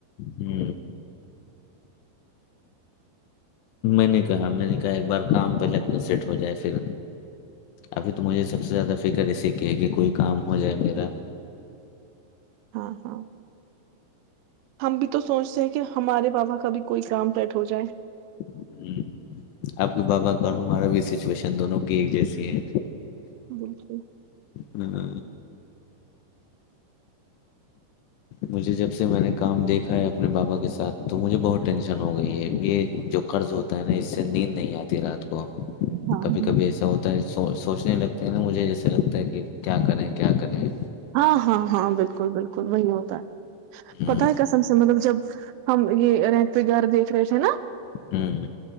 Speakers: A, on the left; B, on the right.
A: ہی میں نے کہا میں نے کہا ایک بار کام پہلے اپنا سیٹ ہو جائے پھر ابھی تو مجھے سب سے زیادہ فکر ایے کہ ہے کہ کوئی کام ہو جائے میرا
B: ہاں ہاں ہم بھی تو سوچتے ہیں کہ ہمارے پاپا کبھی کوئی کام کٹ ہو جائے
A: ہ آپ کے بابا کا اور ہمارا بھی سچویشن دونوں کی ایک جیسی ہے
B: بالکل
A: ہ مجھے جب سے میں نے کام دیکھا ہے اپنے بابا کے ساتھ تو مجھے بہت ٹینشن ہو گئی ہے یہ جو قرض ہوتا ہے نا اس سے نیند نہیں آتی رات کو
B: ہاں
A: کبھی کبھی ایسا ہوتا ہے س سوچنے لگتا نا مجھے جیسا لگتا ہے کہ کیا کریں کیا کریں
B: ہاں ہاں ہاں بالکل بالکل وہی ہوتا ہے
A: ہوں
B: پتا ہے کسم سے مطلب جب ہم یہ رینٹ پہ گار دیکھ رہے تھے نا
A: ہوں